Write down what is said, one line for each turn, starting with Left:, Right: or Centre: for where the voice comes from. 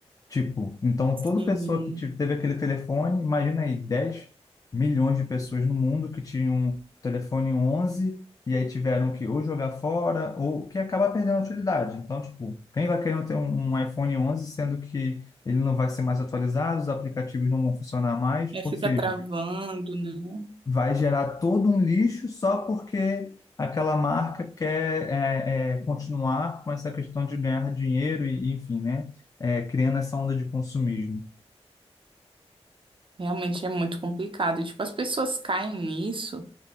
Left: Tipo, então
Right: Sim.
Left: toda pessoa que te- teve aquele telefone, imagina aí, dez milhões de pessoas no mundo que tinham telefone 11 e aí tiveram que ou jogar fora ou que acabar perdendo a utilidade. Então, tipo, quem vai querer ter um, um iPhone 11, sendo que ele não vai ser mais atualizado, os aplicativos não vão funcionar mais,
Right: Aí
Left: ou
Right: fica
Left: seja,
Right: travando, né?
Left: vai gerar todo um lixo só porque aquela marca quer é, é, continuar com essa questão de ganhar dinheiro e, enfim, né, é, criando essa onda de consumismo.
Right: Realmente é muito complicado. Tipo, as pessoas caem nisso